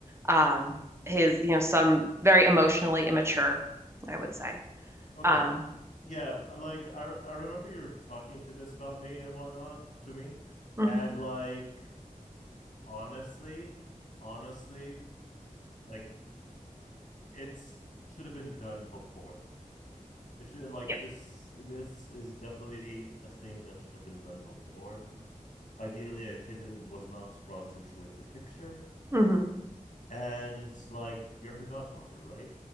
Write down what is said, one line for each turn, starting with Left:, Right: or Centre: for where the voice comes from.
Right: Um, his, you know, some very emotionally immature, I would say.
Left: Okay.
Right: Um,
Left: Yeah, uh, like I I remember you were talking to this about me and whatnot to me,
Right: mhm,
Left: and like honestly, honestly, like it's should have been done before. It should like
Right: yeah.
Left: this. This is definitely a thing that should have been done before. Ideally, a kid was not brought into the picture,
Right: mhm.
Left: and like you're her godmother, right?